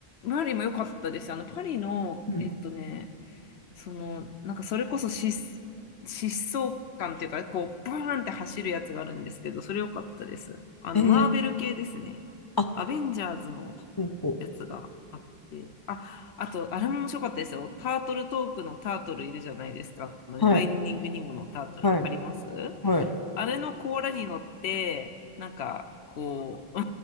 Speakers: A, on the left (about 90°); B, on the left (about 25°).
A: パリも良かったです。あの、パリの、
B: うん
A: えっとね、その、なんかそれこそ疾疾走感っていうかね、こう、バーンって走るやつがあるんですけど、それ良かったです。あの、
B: ええ
A: マーベル系ですね。
B: あ、
A: アベンジャーズの
B: ほうほう。
A: やつがあって、あ、あと、あれも面白かったですよ。タートルトークのタートルいるじゃないですか。あのファインディングニモのタートルわかります
B: はい、はい、はい。
A: あれの甲羅に乗って、なんか、こう、